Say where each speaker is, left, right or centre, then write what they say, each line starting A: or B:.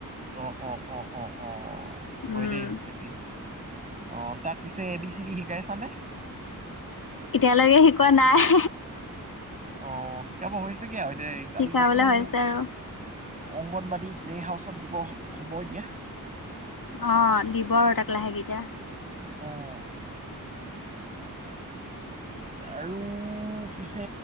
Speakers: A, on the right; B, on the left.
A: অ অ অ অ অ হয়
B: উম
A: দেই সঁচাকে- অ তাক পিছে এ বি চি দি শিকাইছানে?
B: এতিয়ালৈকে শিকোৱা নাই।
A: অ', শিকাব হৈছেগে আৰু এতিয়া কালি
B: শিকাবলৈ
A: পৰহি।
B: হৈছে আৰু
A: অংগনবাদী প্লে হাউচত দিব হ'ব এতিয়া।
B: অ দিব আৰু তাক লাহেকে এতিয়া।
A: অঁ আৰু পিছে